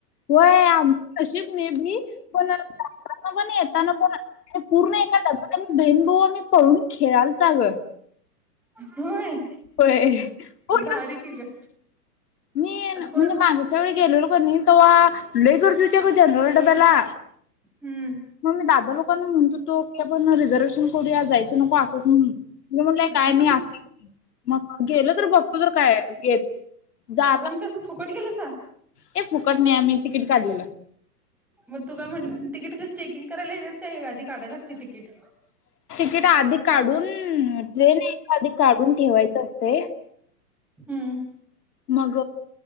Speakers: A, on the left (about 75°); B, in the centre.
A: होय आमच नाशीब मे बी पण जाताना पण येताना पण पूर्ण एका डब्यात बहीण भाऊ आम्ही पळून खेळालता अग.
B: होय.
A: होय पूर्णच,
B: भारी की ग
A: मी
B: कोण
A: म्हणजे मागेच्या वेळी गेलेलो कण्य तवा लय गर्दी होती अग जनरल डब्याला.
B: हम्म
A: म मी दादा लोकांना म्हणत होतो की पण रिझर्वेशन करूया जायच नको असंच म्हणून मी म्हणलं काय
B: मग
A: नाही
B: तुम्ही
A: अस मग गेलं तर बघतो तर काय येत. जाता
B: मग तुम्ही कसं फुकट गेलासा
A: हे फुकट नाही आम्ही तिकीट काढलिला.
B: मग तू काय म्हटलं तिकीट कस चेकिंग करायला येत का गाडीत. साध्या लागते टिकीट.
A: तिकीट आधी काढून. ह ट्रेन एखादी काढून. ठेवायचं असते.
B: हम्म.
A: मग